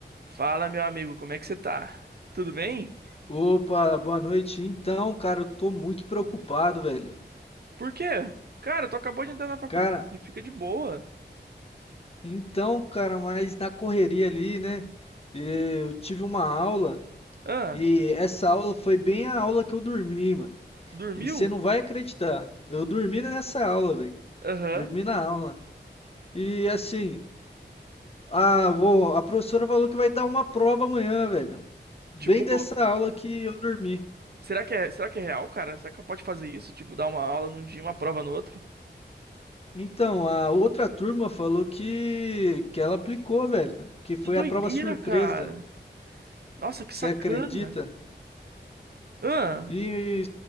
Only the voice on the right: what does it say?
Fala, meu amigo, como é que você tá? Tudo bem?
Por quê? Cara, tu acabou de entrar na faculdade,
fica de boa.
Ah,
dormiu?
Aham.
Tipo,
será que é, será que é real, cara? Será que pode fazer isso? Tipo, dar uma aula num dia, e uma prova no outro?
Que doideira,
cara. Nossa, que
sacana.
Ah,